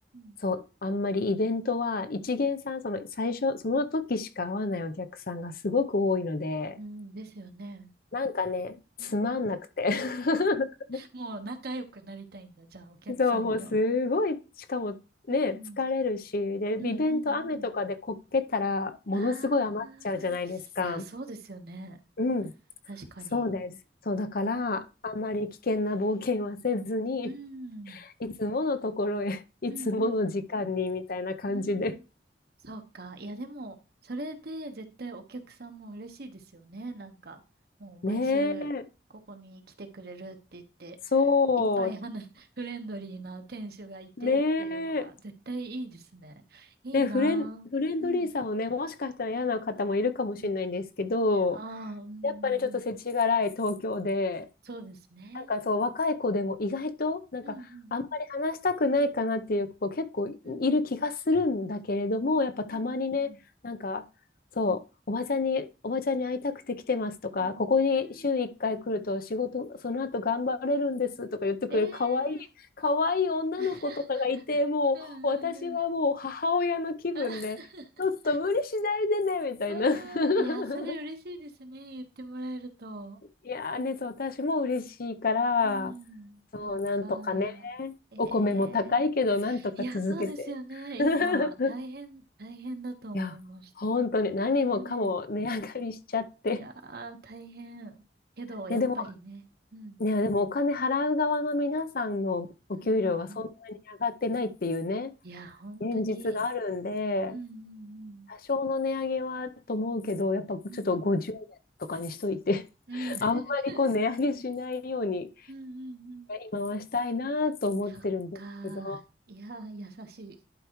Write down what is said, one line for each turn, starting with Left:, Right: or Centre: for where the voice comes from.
Right: ん
Left: そう、あんまりイベントは、一元さん、その最初、その時しか会わないお客さんがすごく多いので、
Right: うん、うんですよね。
Left: なんかね、つまんなくて。
Right: うん。<laughs> うん。
Left: <laughs>
Right: もう仲良くなりたいんだ、じゃあ、お客さんと。
Left: そう、もうすごい、しかもね、
Right: うん。
Left: 疲れるし、で、イベント雨とかでこけたら、
Right: うんうんうん。
Left: ものすごい余っちゃうじゃないですか。
Right: ああ、いや、そうですよね。
Left: うん、
Right: 確かに。
Left: そうです。そう、だから、
Right: うん。
Left: あんまり危険な冒険はせずに、
Right: うん
Left: いつものところへ、いつもの時間に、
Right: うんうんうん。
Left: みたいな感じで
Right: うん。そうか。いや、でも、それで絶対お客さんも嬉しいですよね。なんか、もう毎週ここに来てくれるって言って、
Left: ねえ、そ
Right: いっぱい話、<laughs> フレンドリーな店主がいてっていうのが絶対いいですね。
Left: う、ねえ、
Right: いいなぁ。
Left: ね、フレン、フレンドリーさをね、
Right: うん。
Left: もしかしたら嫌な方もいるかもしれないんですけど、
Right: うん。ああ、うん、うん、
Left: やっぱりちょっと世知辛い東京で、
Right: うん。そうですね。
Left: なんかそう、若い子でも意外と、なんか、
Right: うん、
Left: あんまり話したくないかなっていう子結構いる気がするんだけれども、
Right: うん、うん、
Left: やっぱたまにね、
Right: うん、うん、うん、
Left: なんか、
Right: うん、
Left: そう、おばちゃんに、おばちゃんに会いたくて来てますとか、
Right: うん、うんうん。
Left: ここに週1回来ると仕事、
Right: うん
Left: その後頑張れるんですとか言ってくれる可愛い、
Right: ええー。
Left: 可愛い女の子とかがいて、
Right: <laughs>
Left: もう私はもう母親の気分で、
Right: うん、うん、うん。<laughs>
Left: ちょっと無理しないでね、みたいな。
Right: うん。
Left: <laughs>
Right: いや、それ嬉しいですね。言ってもらえると。
Left: いやーね、そう、私も嬉しいから、
Right: うん。
Left: そう、
Right: そっか。
Left: なんとかね、
Right: ええ
Left: お米も高いけど、なんとか続けて。
Right: いや、そうですよね。
Left: <laughs>
Right: 今、大変、大変だと思います。
Left: いや、本当に何もかも値上がりしちゃって。
Right: うん。いやー、大変。けど、やっぱりね。
Left: ね、でも、
Right: うん。
Left: ね、でもお金払う側の皆さんのお給料がそんなに上がってないっていうね、
Right: うんうんうん。いや、本当に。
Left: 現実があるんで、
Right: うん
Left: 多少の値上げはと思うけど、やっぱちょっと50円とかにしといて、
Right: うんうん。うんうん。
Left: <laughs>
Right: うん。<laughs>
Left: あんまりこう値上げしないように
Right: うんうんうん。
Left: 今はしたいなと思ってるんですけど、
Right: そっかー。いやー、優しい。